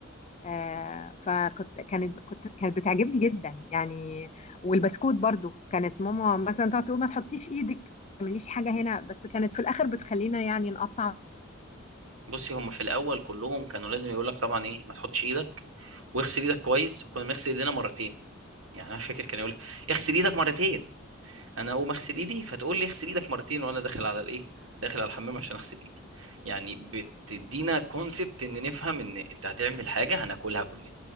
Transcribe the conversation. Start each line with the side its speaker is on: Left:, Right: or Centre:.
Left: آه فكنت كانت كنت كانت بتعجبني جدا يعني والبسكوت برضو كانت ماما مثلا تقعد تقول ما تحطيش ايدك ما تعمليش حاجه هنا بس كانت في الاخر بتخلينا يعني نقطع
Right: بصي هم في الاول كلهم كانوا لازم يقول لك طبعا ايه ما تحطش ايدك واغسل ايدك كويس وكنا بنغسل ايدينا مرتين يعني انا فاكر كان يقول لي اغسل ايدك مرتين انا اقوم اغسل ايدي فتقول لي اغسل ايدك مرتين وانا داخل على الايه داخل على الحمام عشان اغسل ايدي يعني بتدينا كونسبت ان نفهم ان انت هتعمل حاجه هناكلها كلنا